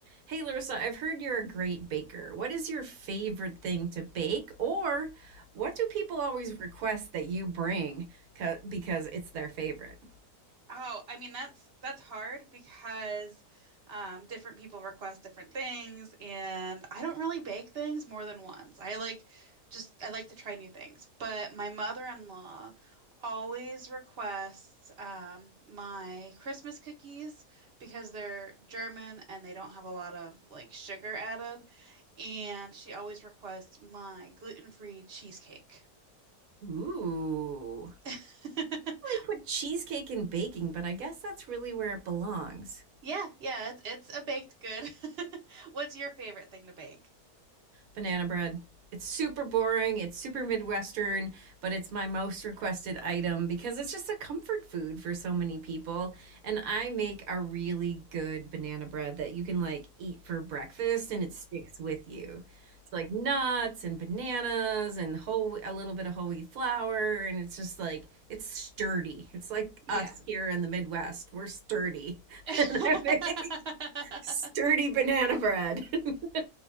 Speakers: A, on the right; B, on the right.
A: Hey, Larissa, I've heard you're a great baker. What is your favorite thing to bake, or what do people always request that you bring 'cause- because it's their favorite?
B: Oh, I mean that's that's hard because um, different people request different things, and I don't really bake things more than once. I like just I like to try new things, but my mother-in-law always requests um, my Christmas cookies because they're German and they don't have a lot of like sugar added, and she always requests my gluten-free cheesecake.
A: Ooh, I do
B: <laughs>
A: put cheesecake in baking, but I guess that's really where it belongs.
B: Yeah, yeah, it's it's a baked good. <laughs> What's your favorite thing to bake?
A: banana bread. It's super boring, it's super Midwestern, but it's my most requested item because it's just a comfort food for so many people. And I make a really good banana bread that you can like eat for breakfast and it sticks with you. It's like nuts and bananas and whole a little bit of whole wheat flour and it's just like it's sturdy. It's like
B: Yeah.
A: us here in the Midwest. We're sturdy. <laughs>
B: <laughs>
A: And I make sturdy banana bread. <laughs>